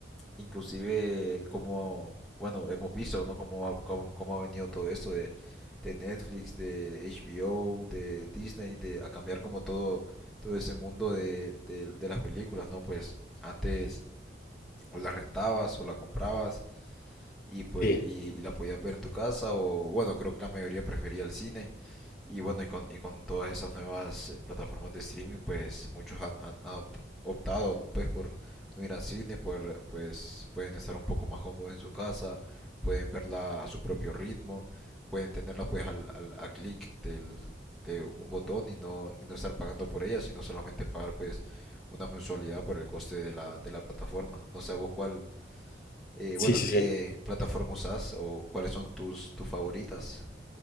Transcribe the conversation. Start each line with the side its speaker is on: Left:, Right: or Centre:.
Centre: inclusive como, bueno, hemos visto, ¿no? Cómo, ha- cómo, cómo ha venido todo esto de, de Netflix, de HBO, de Disney, de, a cambiar como todo, todo ese mundo de, de, de las películas, ¿no? Pues antes o las rentabas o la comprabas y, pues,
Left: sí,
Centre: y, y la podías ver en tu casa o bueno, creo que la mayoría prefería el cine. Y bueno, y con, y con todas esas nuevas eh, plataformas de streaming, pues muchos han, han- han opt- optado ¿no? pues por no ir al cine, por, pues pueden estar un poco más cómodos en su casa, pueden verla a su propio ritmo, pueden tenerla pues al, al- a clic del, de un botón y no, y no estar pagando por ella, sino solamente pagar pues una mensualidad por el coste de la, de la plataforma. No sé, ¿a vos cuál, eh,
Left: sí,
Centre: bueno,
Left: sí,
Centre: ¿qué
Left: sí.
Centre: plataforma usas o cuáles son tus, tus favoritas?